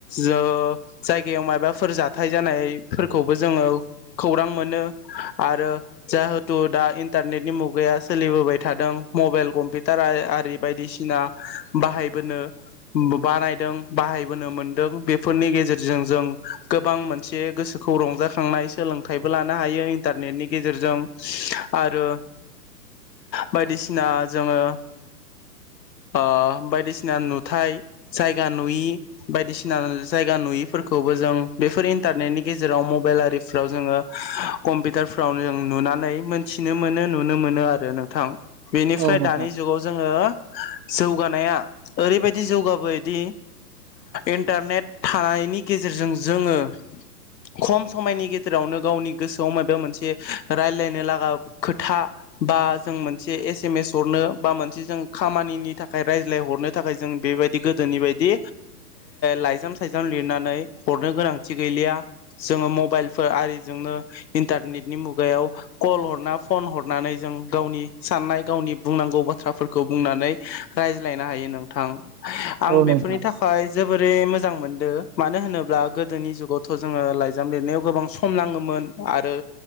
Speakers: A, on the left; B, on the right.
A: जो जायगायाव माबाफोर जाथाय जानायफोरखौबो जोंङो खौरां मोनो आरो जा थ' दा इन्टारनेटनि मुगाया सोलिबोबाय थादों मबाइल कम्पिउटार आरि बायदिसिना बाहायबोनो बानायदों बाहायबोनो मोनदों बेफोरनि गेजेरजों जों गोबां मोनसे गोसोखौ रंजाखांनाय सोलोंथायबो लानो हायो इन्टारनेटनि गेजेरजों आरो बायदिसिना जोंङो ओ बायदिसिना नुथाय जायगा नुयि बायदिसिना जायगा नुयिफोरखौबो जों बेफोर इन्टारनेटनि गेजेराव मबाइल आरिफोराव जोंङो कमपिउटाराव नुना य मोनथिनो मोनो नुनो मोनो आरो नोंथां बेनिफ्राय
B: औ नोंथां
A: दानि जुगाव जोंङो जौगानाया ओरैबायदि जौगाबोायदि इन्टारनेट थानायनि गेजेरजों जोंङो खम समायनि गेजेरावनो गावनि गोसोआव माबा मोनसे रायलायनो लागा खोथा बा जों मोनसे एसमेस हरनो बा मोनसे जों खामानिनि थाखाय रायजलाय हरनो थाखाय जों बेबायदि गोदोनि बायदि लायजाम सायजाम लिरनानै हरनो गोनांथि गैलिया जोंङो मबाइलफोर आरिजोंनो इन्टारनेटनि मुगायाव कल हरना फन हरनानै जों गावनि साननाय गावनि बुंनांगौ बाथ्राफोरखौ बुंनानै रायज्लायनो हायो नोंथां आं
B: औ
A: बेफोरनि
B: नोंथां
A: थाखाय जोबोरै मो जां मोनदों मानो होनोब्ला गोदोनि जुगावथ' जोंङो लाइजाम लिरनायाव गोबां सम नाङोमोन आरो